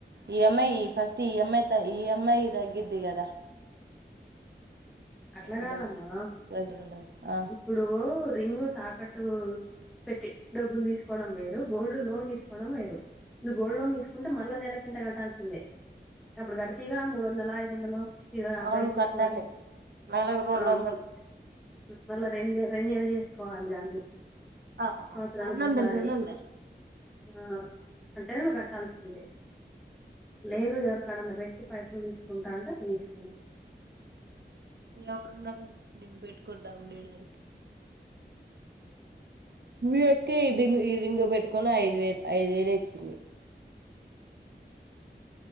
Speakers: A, on the right; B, in the centre.
A: ఈ అమ్యి ఈ ఫస్ట్ ఈ అమ్యి త ఈ అమ్యి తగ్గదిి కదా
B: అట్లా
A: ఇదో
B: కాదమ్మా
A: ప్రెజెంట్ ఆ
B: ఇప్పుడు రింగు తాకట్టు పెట్టి డబ్బులు తీసుకోవడం వేరు గోల్డ్ లోన్ తీసుకోవడం వేరు నువ్వు గోల్డ్ లోన్ తీసుకుంటే మల్ల నెలకింత కట్టాల్సిందే అప్పుడు గడితీవి గా మూడు వందల ఐదు వందలు శివ అబ్బాయికి
A: అవును కట్టాలి
B: పడి
A: నెలకు రెండు
B: ఆ
A: వందలు
B: మళ్ళా రెండు రెండు రెనోవల్ చేసుకోవాలి దాన్ని
A: ఆ
B: సంవత్సరానికి
A: రెండు వందలు
B: ఒకసారి
A: రెండు వందలు
B: ఆ అంట నువు కట్టాల్సిందే లేదు ఎవరికడన్నా పెట్టి పైసలు తీసుకుంటా అంటే అ తీసుకుమరు
A: ఎవరు ఉనారు దీని పెట్టుకొని డబ్బులు ఇవ్వడానికి మీ అక్క ఈ రింగ్ పెట్టుకని ఐదు వేలు ఐదు వేలే ఇచ్చింది